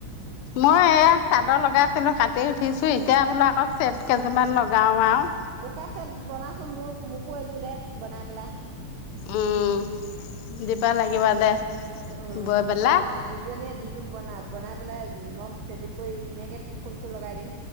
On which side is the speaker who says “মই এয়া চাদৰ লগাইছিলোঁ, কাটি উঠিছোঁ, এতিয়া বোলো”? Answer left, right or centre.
Left